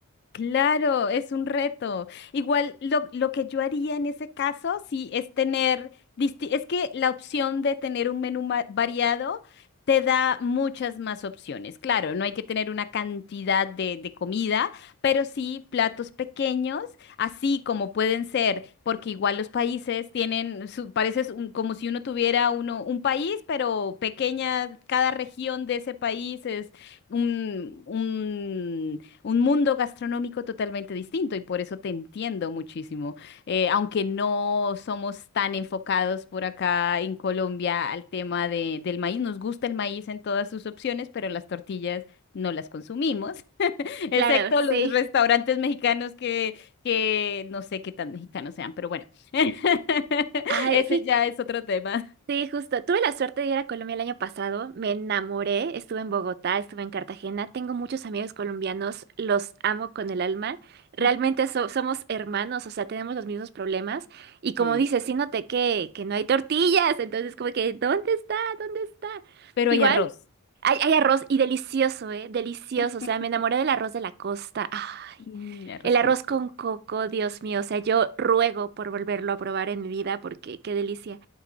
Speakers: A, on the left (about 50°); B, on the right (about 45°).
A: Claro, es un reto. Igual lo, lo que yo haría en ese caso, sí, es tener, disti- es que la opción de tener un menú ma- variado te da muchas más opciones. Claro, no hay que tener una cantidad de, de comida, pero sí platos pequeños, así como pueden ser, porque igual los países tienen, su- parece es un- como si uno tuviera uno, un país, pero pequeña, cada región de ese país es un, un un mundo gastronómico totalmente distinto y por eso te entiendo muchísimo. Eh, aunque no somos tan enfocados por acá en Colombia al tema de- del maíz, nos gusta el maíz en todas sus opciones, pero las tortillas no las consumimos, <laughs>
B: Claro,
A: excepto los
B: sí.
A: restaurantes mexicanos que, que no sé qué tan mexicanos sean, pero bueno, <laughs>
B: Ay,
A: ese
B: fí-
A: ya es otro tema.
B: Sí, justo. Tuve la suerte de ir a Colombia el año pasado. Me enamoré. Estuve en Bogotá, estuve en Cartagena. Tengo muchos amigos colombianos. Los amo con el alma. Realmente
A: Ujú,
B: so- somos hermanos, o sea, tenemos los mismos problemas. Y como
A: Sí,
B: dices, sí noté que, que no hay tortillas. Entonces, como que, ¿dónde está? ¿Dónde está?
A: pero
B: Igual,
A: hay arroz,
B: hay, hay arroz y delicioso, ¿eh? Delicioso.
A: <laughs>
B: O sea, me enamoré del arroz de la costa. Ah,
A: Mm, arroz
B: el arroz
A: con coco.
B: con coco, Dios mío. O sea, yo ruego por volverlo a probar en mi vida porque qué delicia.